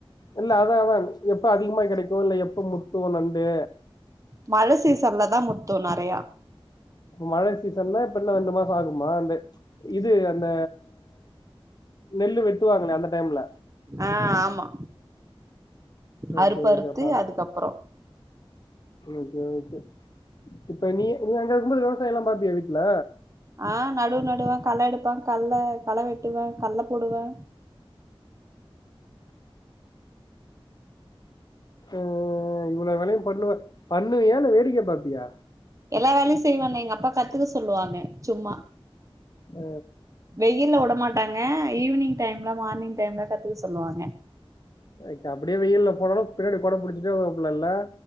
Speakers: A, on the left; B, on the right.
A: இல்ல அதா அதா எப்ப அதிகமா கெடைக்கு இல்ல எப்ப முத்து நண்டு
B: மழ சீசன்ல தா முத்து நெறையா
A: மழ சீசன்னா இப்ப இன்னு ரெண்டு மாசோ ஆகுமா அந்த இது அந்த நெல்லு வெட்டுவாங்களே அந்த டைம்ல
B: ஆ ஆமா
A: ஓகே
B: அருப்பறுத்து
A: ஓகேப்பா
B: அதுக்கப்பறோ
A: ஓகே ஓகே இப்ப நீ நீ அங்க இருக்கும்போது விவசாயோல்லா பாப்பியா வீட்ல
B: ஆ நடுவு நடுவே கள எடுப்பே கல்ல களை வெட்டுவே கல்ல போடுவே
A: ம் இவ்ளோ வேலையு பண்ணுவ பண்ணுவியா இல்ல வேடிக்க பாப்பியா
B: எல்லா வேலையு செய்வோண்ணே எங்க அப்பா கத்துக்க சொல்லுவாங்க சும்மா
A: ஆ
B: வெயில்ல விடமாட்டாங்க ஈவினிங் டைம்ல மார்னிங் டைம்ல கத்துக்க சொல்லுவாங்க
A: ஓகே அப்டியே வெயில்ல போனாலு பின்னாடி கொட புடிச்சிட்டே வரூவாப்ல இல்ல